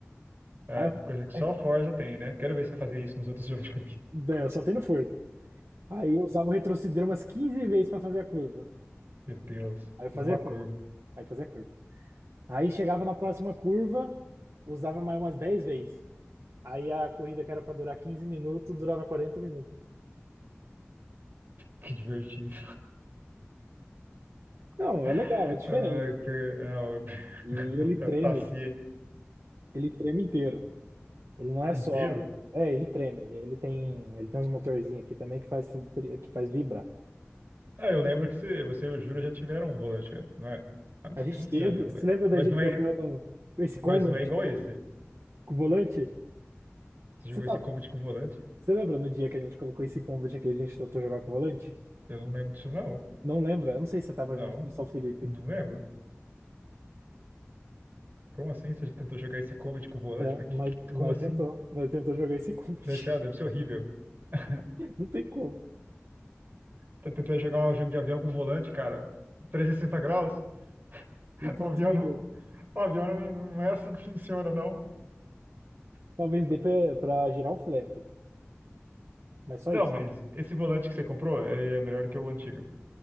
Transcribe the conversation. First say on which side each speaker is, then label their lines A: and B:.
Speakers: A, on the right (about 45°); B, on the right (about 70°).
A: É,
B: Aí eu,
A: coisa que só
B: aí-
A: Forza tem, né? Quero ver você fazer isso nos outros <laughs> jogos de corrida.
B: é, só tendo força. Aí eu usava o retroceder umas 15 vezes pra fazer a curva.
A: Meu Deus,
B: Aí eu fazia
A: fazer uma
B: a
A: curva.
B: curva. Aí fazia a curva. Aí chegava na próxima curva, usava mais umas 10 vezes. Aí a corrida que era para durar 15 minutos, durava 40 minutos.
A: Que divertido.
B: Não,
A: <laughs> Ai,
B: é legal, é diferente.
A: per... Não,
B: E
A: eu- <laughs>
B: ele treme,
A: passei
B: ele treme inteiro. Ele não é
A: inteiro.
B: só. É, ele treme. Ele tem, ele tem uns motorzinhos aqui também que faz, que faz vibrar.
A: Ah, eu lembro que você, você e o Júlio já tiveram um volante antes, não é? Há muito-
B: A gente
A: tem muitos
B: teve.
A: anos atrás.
B: Você lembra da
A: Mas
B: gente
A: não é,
B: jogando esse Combat
A: mas não é igual esse.
B: com o volante?
A: Você
B: Você
A: jogou
B: tava,
A: esse combat com volante?
B: você lembra no dia que a gente colocou esse Combat aqui, a gente tentou jogar com o volante?
A: Eu não lembro disso, não.
B: Não lembra? Eu não sei se você tava
A: Não,
B: junto do São Felipe.
A: não lembro. Como assim? Você já tentou jogar esse combat com volante?
B: É,
A: Mas que-
B: mas
A: que-
B: nós
A: como assim?
B: tentou. Nós tentou jogar esse Combat.
A: Deve ser, ah, deve ser horrível. <laughs>
B: <laughs> Não tem como.
A: Tô tentando jogar um jogo de avião com um volante, cara. trezentos e sessenta graus? <laughs>
B: Impossível.
A: O avião não, o avião não, não é assim que funciona, não.
B: Talvez dê pra, pra girar o flap, mas só
A: Não,
B: isso.
A: mas esse volante que você comprou, ele é melhor do que o antigo.